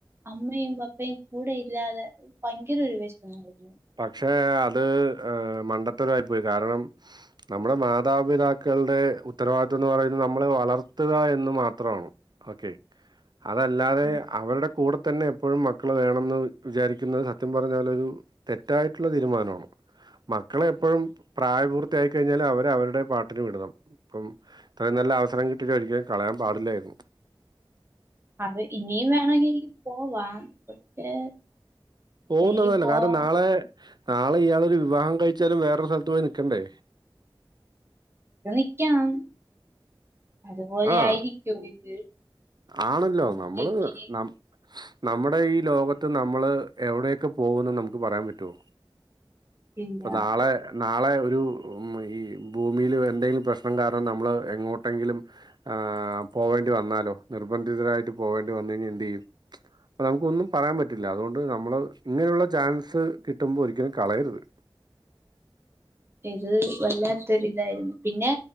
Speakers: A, on the right (about 25°); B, on the right (about 50°).
A: അമ്മയും പപ്പയും കൂടെ ഇല്ലാതെ ഭയങ്കര ഒരു വിഷമായിരുന്നു
B: പക്ഷേ അത് ഏ മണ്ടത്തരമായി പോയി കാരണം നമ്മുടെ മാതാപിതാക്കളുടെ ഉത്തരവാദിത്തം എന്ന് പറയുന്നത് നമ്മളെ വളർത്തുക എന്ന് മാത്രമാണ് ഓക്കേ അതല്ലാതെ
A: ഉം
B: അവരുടെ കൂടെ തന്നെ എപ്പോഴും മക്കള് വേണെന്ന് വിചാരിക്കുന്നത് സത്യം പറഞ്ഞാൽ ഒരു തെറ്റായിട്ടുള്ള തീരുമാനമാണ് മക്കളെ എപ്പോഴും പ്രായപൂർത്തിയായി കഴിഞ്ഞാല് അവരെ അവരുടെ പാട്ടിനു വിടണം ഇപ്പം അത്രയും നല്ല അവസരം കിട്ടീട്ട് ഒരിക്കും കളയാൻ പാടില്ലായിരുന്നു
A: അത് ഇനിയും വേണമെങ്കിൽ എനിക്ക് പോവാം പക്ഷെ
B: പോകുന്നതല്ല
A: എനിക്ക് പോവാം
B: കാരണം നാളെ നാളെ ഇയാളൊരു വിവാഹം കഴിച്ചാലും വേറൊരു സ്ഥലത്ത് പോയി നിൽക്കണ്ടേ
A: അത് നിക്കണം അതുപോലെ
B: ആ
A: ആയിരിക്കോ ഇത്
B: ആണല്ലോ
A: ഒറ്റക്ക്
B: നമ്മള് ന നമ്മുടെ ഈ ലോകത്ത് നമ്മള് എവിടെയൊക്കെ പോവുന്ന് നമുക്ക് പറയാൻ പറ്റുവോ
A: ഇല്ല
B: അപ്പൊ നാളെ നാളെ ഒരു ഈ ഭൂമിൽ എന്തെങ്കിലും പ്രശ്നം കാരണം നമ്മൾ എങ്ങോട്ടെങ്കിലും ആ പോകേണ്ടി വന്നാലോ നിർബന്ധിതരായിട്ട് പോകേണ്ടി വന്നു കഴിഞ്ഞാ എന്ത് ചെയ്യും അപ്പൊ നമുക്കൊന്നും പറയാൻ പറ്റില്ല അതുകൊണ്ട് നമ്മള് ഇങ്ങനെയുള്ള ചാൻസ് കിട്ടുമ്പോൾ ഒരിക്കലും കളയരുത്
A: ഇത് വല്ലാത്തൊരിതായിരുന്നു പിന്നെ